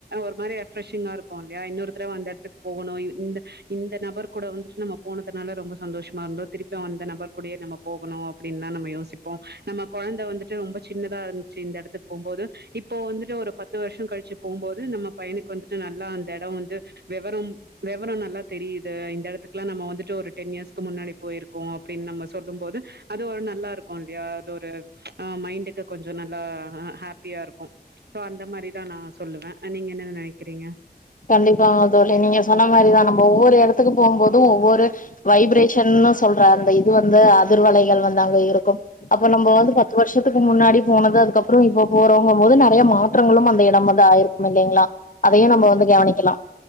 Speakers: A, on the right; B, on the left.
A: ஒரு மாரி ரெஃப்ரெஷிங்கா இருக்கு இல்லயா இன்னொரு தடவ அந்த எடத்துக்கு போகணு இந்த இந்த நபர் கூட வந்துட்டு நம்ம போனதுனால ரொம்ப சந்தோஷமா இருந்தோ திருப்பி அந்த நபர் கூடயே நம்ம போகணு அப்டின்னு தான் நம்ம யோசிப்போ நம்ம கொழந்த வந்துட்டு ரொம்ப சின்னதா இருந்துச்சு இந்த இடத்துக்கு போம்போது இப்போ வந்துட்டு ஒரு பத்து வருஷோ கழிச்சு போம்போது நம்ம பையனுக்கு வந்துட்டு நல்லா அந்த இடம் வந்து வெவரம் வெவரம் நல்லா தெரியுது இந்த இடத்துக்கெலா நம்ம வந்துட்டு ஒரு டென் இயர்ஸ்க்கு முன்னாடி போயிருக்கோ அப்டின்னு நம்ம சொல்லும் போது அது ஒரு நல்லா இருக்கு இல்லயா அது ஒரு அ மைண்டுக்கு கொஞ்சோ நல்லா ஹாப்பியா இருக்கு சோ அந்த மாரிதா நா சொல்லுவே நீங்க என்னென்ன நெனக்கிறீங்க
B: கண்டிப்பாங்க தோழி நீங்க சொன்ன மாரிதான் நம்ம ஒவ்வொரு எடத்துக்கு போம் போது ஒவ்வொரு வைப்ரேஷன் சொல்ற அந்த இது வந்து அதிர்வலைகள் வந்து அங்க இருக்கு அப்ப நம்ம வந்து பத்து வருஷத்துக்கு முன்னாடி போனது அதுக்கப்பறோ இப்ப போறவங்க போது நெறய மாற்றங்களும் அந்த இடமல ஆயிருக்கு பாத்திங்களா அதயே நம்ம வந்து கவனிக்கலா